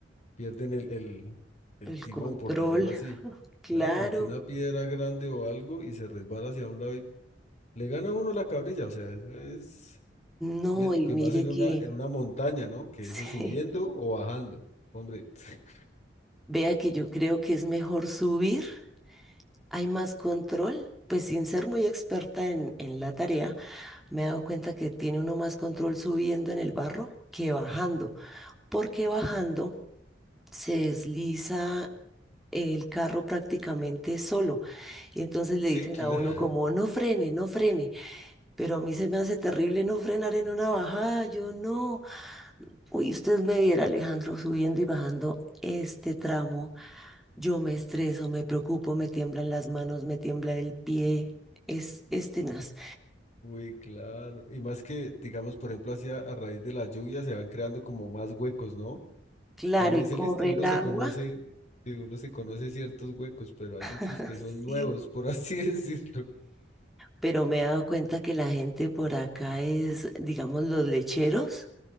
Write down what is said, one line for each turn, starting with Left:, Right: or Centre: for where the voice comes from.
Left: pierden el, el, el
Centre: El
Left: timón,
Centre: control,
Left: por decirlo así.
Centre: claro,
Left: Claro, porque una piedra grande o algo y se resbala hacia un lado y le gana a uno la cabrilla, o sea, eso es
Centre: no,
Left: verico
Centre: y mire
Left: y más en
Centre: que...
Left: una, en una montaña, ¿no? Que
Centre: <laughs>
Left: eso
Centre: sí.
Left: subiendo o bajando. Hombre, <laughs>
Centre: Vea que yo creo que es mejor subir, hay más control, pues sin ser muy experta en, en la tarea, me he dado cuenta que tiene uno más control subiendo en el barro que bajando, porque bajando se desliza el carro prácticamente solo. Y entonces
Left: sí,
Centre: le dicen
Left: claro.
Centre: a uno como, no frene, no frene. Pero a mí se me hace terrible no frenar en una bajada, yo no. Uy, usted me viera, Alejandro, subiendo y bajando este tramo. Yo me estreso, me preocupo, me tiemblan las manos, me tiembla el pie. Es, es tenaz.
Left: Uy, claro. Y más que, digamos, por ejemplo, así a a raíz de la lluvia se van creando como más huecos, ¿no?
Centre: Claro,
Left: Uno dice,
Centre: y corre
Left: listo, uno
Centre: el agua,
Left: se conoce, sí, uno se conoce ciertos huecos, pero hay muchos
Centre: <laughs>
Left: que son nuevos,
Centre: sí.
Left: por así <laughs> decirlo.
Centre: Pero me he dado cuenta que la gente por acá es, digamos, los lecheros.